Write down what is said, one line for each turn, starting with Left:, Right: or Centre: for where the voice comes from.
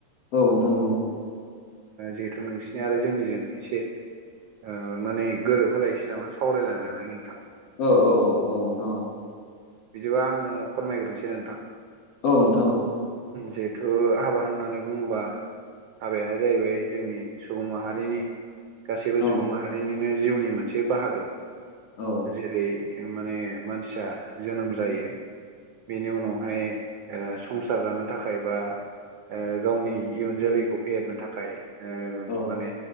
Left: औ नोंथां औ
Right: जिहेथु नोंसिनि आरो जोंनिजों एसे ओ माने गोरोबहोलायसै नामा सावरायलायनानै नोंथां।
Left: औ औ औ औ नोंथां औ।
Right: बिदिबा आङो फोरमायग्रोनोसै नोंथां।
Left: औ नोंथां औ।
Right: जिहेथु हाबा होननानै बुङोबा हाबाया जाहैबाय जोंनि सुबुं माहारिनि गासैबो सुबुं
Left: औ नोंथां औ
Right: माहारिनिनो जिउनि मोनसे बाहागो
Left: औ
Right: जेरै- माने मानसिया जोनोम जायो बेनि उनावहाय ओ संसार जानो थाखाय बा ओ गावनि इयुन जोलैखौ फेहेरनो थाखाय ओ
Left: औ
Right: माने